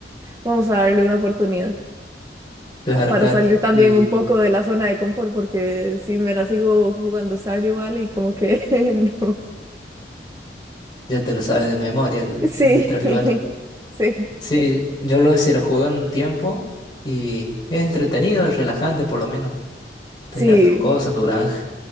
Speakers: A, on the right; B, on the left.
A: vamos a darle una oportunidad
B: claro,
A: para
B: claro.
A: salir también
B: Y
A: un poco de la zona de confort, porque si me la sigo jugando Stardew Valley, como que <laughs> no.
B: ya te lo sabes de memoria el,
A: Sí,
B: el Stardew
A: <laughs>
B: Valley.
A: sí,
B: Sí, yo lo, sí lo jugué un tiempo y es entretenido, es relajante por lo menos, tener
A: sí,
B: tus cosas, tu granja.